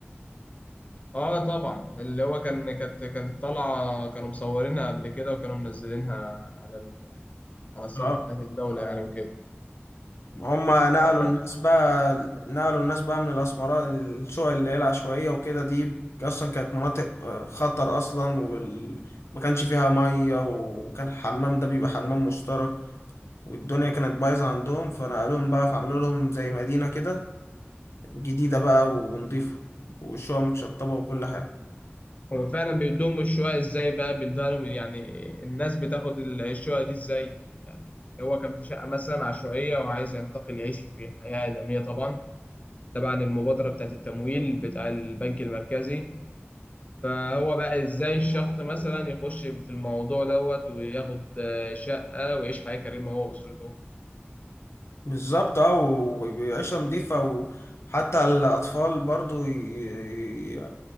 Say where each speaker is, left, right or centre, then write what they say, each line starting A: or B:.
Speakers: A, on the left (about 35°); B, on the left (about 90°).
A: اه طبعا اللي هو كان كانت كانت طالعة كانوا مصورينها قبل كده وكانوا منزلينها على ال... على الصفحة
B: اه
A: بتاعت الدولة يعني وكده
B: هما نقلوا
A: آه،
B: الناس بقى نقلوا الناس بقى من الأسمرات الشقق اللي هي العشوائية وكده دي أصلا كانت مناطق آه، خطر أصلا وال... ما كانش فيها مية وكان الحمام ده بيبقى حمام مشترك والدنيا كانت بايظة عندهم فنقلوهم بقى فعملوا لهم زي مدينة كده جديدة بقى ونضيفة وشوية متشطبة وكل حاجة
A: هو فعلا بيدوم الشقق ازاي بقى بيدوها لهم يعني الناس بتاخد ال- الشقق دي ازاي يعني هو كان في شقة مثلا عشوائية وعايز ينتقل يعيش في حياة آدمية طبعا تبعا المبادرة بتاعت التمويل بتاع البنك المركزي فهو بقى ازاي الشخص مثلا يخش في الموضوع دوت وياخد آه، شقة ويعيش حياة كريمة هو وأسرته
B: بالظبط اه وعيشة نضيفة وحتى الأطفال برضو ي... ي-